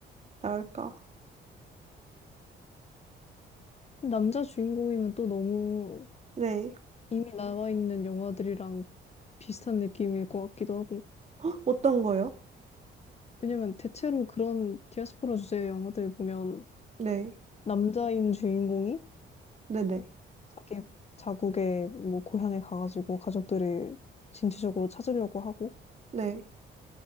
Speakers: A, on the right; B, on the left.
A: 나을까?
B: 남자 주인공이면 또 너무
A: 네.
B: 이미 음. 나와 있는 영화들이랑 비슷한 느낌일 것 같기도 하고.
A: 헉, 어떤 거요?
B: 왜냐면 대체로 그런 디아스포라 주제의 영화들 보면
A: 네,
B: 남자인 주인공이
A: 네네,
B: 자기 자국의 뭐 고향에 가가지고 가족들을 진취적으로 찾으려고 하고
A: 네.